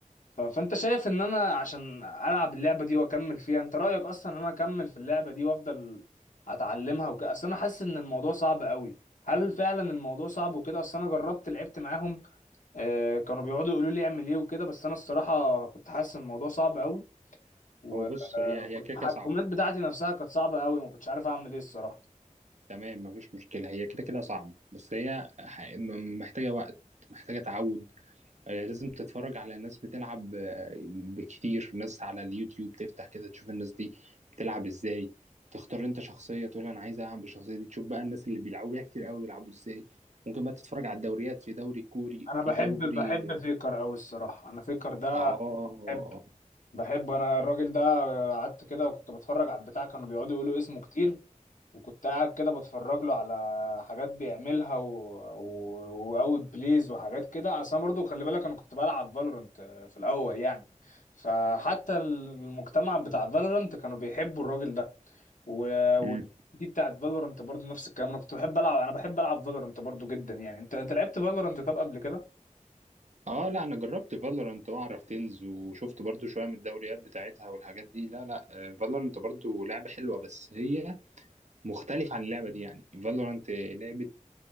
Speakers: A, on the left; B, on the right.
A: ف- فانت شايف ان انا عشان العب اللعبه دي واكمل فيها انت رايك اصلا ان انا اكمل في اللعبه دي وافضل اتعلمها وكده اصل انا حاسس ان الموضوع صعب قوي هل فعلا الموضوع صعب وكده اصل انا جربت لعبت معاهم آه كانوا بيقعدوا يقولوا لي اعمل ايه وكده بس انا الصراحه كنت حاسس ان الموضوع صعب قوي و-
B: هو
A: آه،
B: بص هي هي
A: والتحكمات
B: كده كده صعبة
A: بتاعتي نفسها كانت صعبه قوي ما كنتش عارف اعمل ايه الصراحه
B: تمام مفيش مشكلة هي كده كده صعبة بس هي ح- م- محتاجة وقت محتاجة تعود آه، لازم تتفرج على ناس بتلعب آه، بكتير ناس على اليوتيوب تفتح كده تشوف الناس دي بتلعب ازاي تختار انت شخصية تقول انا عايز العب بالشخصية دي تشوف بقى الناس اللي بيلعبوا بيها كتير قوي بيلعبوا ازاي ممكن بقى تتفرج على الدوريات في دوري كوري
A: انا
B: في
A: بحب
B: دوري
A: بحب فيكر قوي الصراحه انا فيكر ده
B: اه
A: بحب بحب انا الراجل ده قعدت كده وكنت بتفرج على البتاع كانوا بيقعدوا يقولوا اسمه كتير وكنت قاعد كده بتفرج له على حاجات بيعملها و... و... واوت بليز وحاجات كده اصل انا برضو خلي بالك انا كنت بلعب فالورنت في الاول يعني فحتى المجتمع بتاع فالورنت كانوا بيحبوا الراجل ده و... و...
B: امم
A: دي بتاعت فالورنت برضو نفس الكلام انا كنت بحب العب انا بحب العب فالورنت برضو جدا يعني انت انت لعبت فالورنت طب قبل كده
B: اه لا انا جربت فالورانت واعرف تنز وشفت برضو شوية من الدوريات بتاعتها والحاجات دي لا لا فالورانت برضو لعبة حلوة بس هي مختلفة عن اللعبة دي يعني فالورانت لعبة